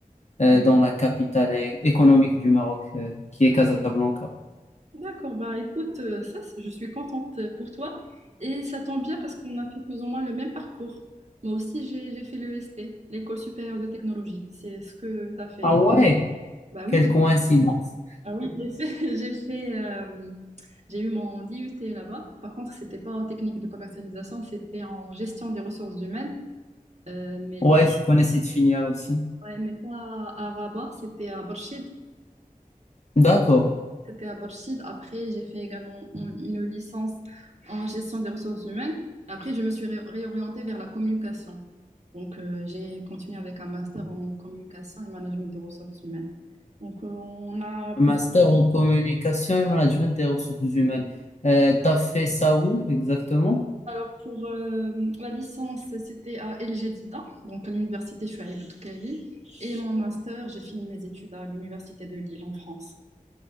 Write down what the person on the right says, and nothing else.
D'accord, bah écoute, euh, ça, c'est- je suis contente euh, pour toi. Et ça tombe bien parce qu'on a fait plus ou moins le même parcours. Moi aussi, j'ai j'ai fait l'EST, l'École supérieure de technologie. C'est ce que tu as fait.
Bah
oui,
ah oui, j'ai fait, <laughs> j'ai fait, euh, j'ai eu mon DUT là-bas. Par contre, c'était pas en technique de commercialisation, c'était en gestion des ressources humaines. Euh, mais
Ouais, mais pas à Rabat, c'était à Barchid.
C'était à Barchid. Après, j'ai fait également en- une licence en gestion des ressources humaines. Après, je me suis ré- réorientée vers la communication. Donc, euh, j'ai continué avec un master en communication et management des ressources humaines. Donc, euh, on a plus.
Alors, pour euh, la licence, c'était à El Jadida, donc à l'université Chouaïb Boutoukali. Et mon master, j'ai fini mes études à l'université de Lille en France.